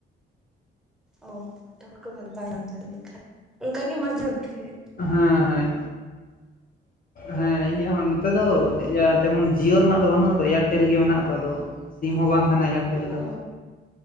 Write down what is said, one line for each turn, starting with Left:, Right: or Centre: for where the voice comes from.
Centre: ᱚ ᱛᱟᱨᱯᱟ ᱠᱚ <unintelligible> ᱠᱷᱟᱱᱡ ᱚᱱᱠᱟᱜ ᱜᱮ ᱢᱟᱡᱷ ᱢᱚᱫᱫᱷᱮ
Left: ᱦᱮᱸ ᱦᱮᱸ ᱦᱮᱸ ᱤᱧᱟᱹᱜ ᱦᱚᱸ ᱱᱚᱛᱮ ᱫᱚ ᱤᱭ ᱛᱮᱢᱚᱱ ᱡᱤᱭᱳ ᱨᱮᱱᱟᱜ ᱫᱚ ᱵᱟᱹᱱᱩᱜ ᱟᱛᱚ ᱮᱭᱟᱨᱴᱮᱞ ᱜᱮ ᱢᱮᱱᱟᱜ ᱟᱛᱚ ᱟᱫᱚ ᱥᱤᱢ ᱦᱚᱸ ᱵᱟᱝ ᱠᱟᱱᱟ ᱮᱭᱟᱨᱴᱮᱞ ᱫᱚ
Centre: ᱚ